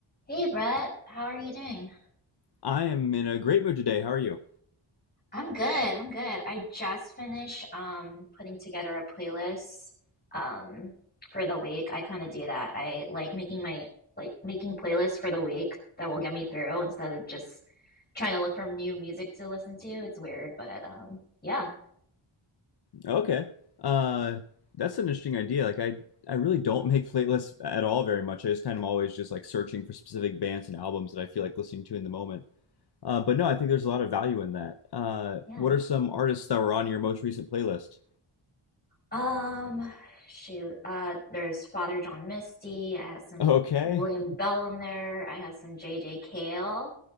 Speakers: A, on the left; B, on the left.
A: Hey Brett, how are you doing?
B: I am in a great mood today. How are you?
A: I'm good. I'm good. I just finished um putting together a playlist um for the week. I kind of do that. I like making my like making playlists for the week that will get me through instead of just trying to look for new music to listen to. It's weird, but um yeah.
B: Okay. Uh, that's an interesting idea. Like I, I really don't make playlists at all very much. I just kind of always just like searching for specific bands and albums that I feel like listening to in the moment. Uh, but no, I think there's a lot of value in that. Uh,
A: Yeah.
B: what are some artists that were on your most recent playlist?
A: Um shoot. Uh there's Father John Misty. I have some
B: Okay.
A: William Bell on there. I have some J J. Cale.